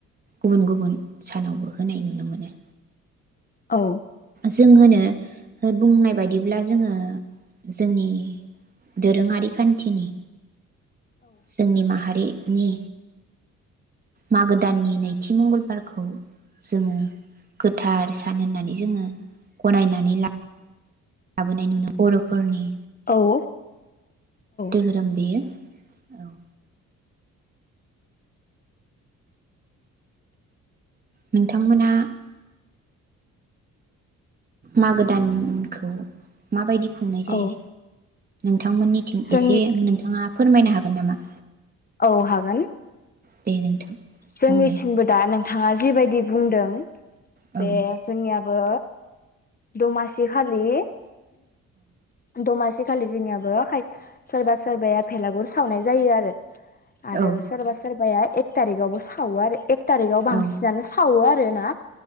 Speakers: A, on the right; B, on the left.
A: गुबुन गुबुन सानावबो होनाय नुनो मोनो।
B: औ।
A: जों होनो बुंनाय बायदिब्ला जोङो जोंनि दोरोङारि सान्थिनि। जोंनि माहारि नि मागो दाननि नैथि मंगलबारखौ जोङो गोथार सान होननानै जोङो गनायनानै ला लाबोनाय नुनो बर'फोरनि
B: औ।
A: धोरोम‌‌
B: औ
A: बेयो। औ। नोंथांमोना मागो दानखौ माबायदि खुंनाय जायो?
B: औ
A: नोंथांमोनिथिं
B: जोंनि
A: एसे नोंथाङा फोरमायनो हागोन नामा?
B: औ हागोन।
A: दे नोंथां
B: जोंनिसिमबो
A: बुंलाय
B: दा नोंथाङा जिबायदि बुंदों।
A: औ
B: बे जोंनिया बो दमासि खालि दमासि खालि जोंनियाबो खाय सोरबा सोरबाया फेलागुर सावनाय जायो आरो। आरो
A: औ
B: सोरबा सोरबाया एक थारिकावबो सावो आरो। एक थारिकाव बांसिनानो
A: औ
B: सावो आ रोना।